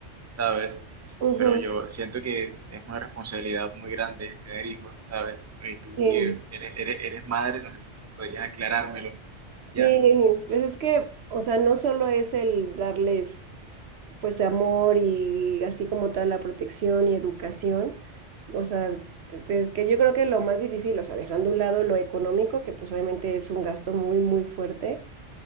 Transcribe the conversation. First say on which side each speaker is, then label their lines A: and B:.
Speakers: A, on the right (about 15°); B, on the right (about 60°).
A: ¿sabes?
B: Ujú,
A: Pero yo siento que es es una responsabilidad muy grande tener hijos, ¿sabes? Y tú
B: sí.
A: que eres, eres, eres madre, no sé si podrías aclarármelo.
B: Sí,
A: Ya,
B: pues es que, o sea, no solo es el darles pues amor y así como toda la protección y educación, o sea, te- te- que yo creo que lo más difícil, o sea, dejando a un lado lo económico, que pues obviamente es un gasto muy, muy fuerte,